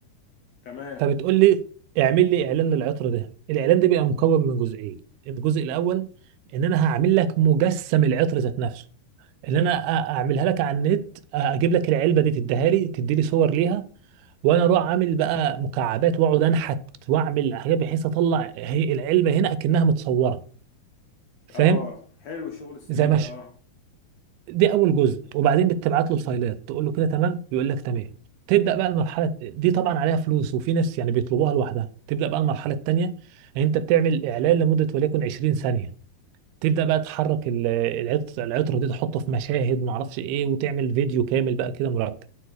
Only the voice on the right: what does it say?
فبتقول لي اعمل لي اعلان للعطر ده الاعلان ده بيبقى مكون من جزئين الجزء الاول ان انا هعمل لك مجسم العطر ذات نفسه اللي انا أ- اعملها لك على النت أ- اجيب لك العلبه دي تديها لي تدي لي صور ليها وانا اروح عامل بقى مكعبات واقعد انحت واعمل حاجات بحيث اطلع هي العلبه هنا اكنها متصوره فاهم
زي ما
دي اول جزء وبعدين بتبعت له الفايلات تقول له كده تمام يقول لك تمام تبدا بقى المرحله دي طبعا عليها فلوس وفي ناس يعني بيطلبوها لوحدها تبدا بقى المرحله الثانيه يعني انت بتعمل اعلان لمده وليكن 20 ثانيه تبدا بقى تحرك ال- العط- العطره دي تحطه في مشاهد ما اعرفش ايه وتعمل فيديو كامل بقى كده مرتب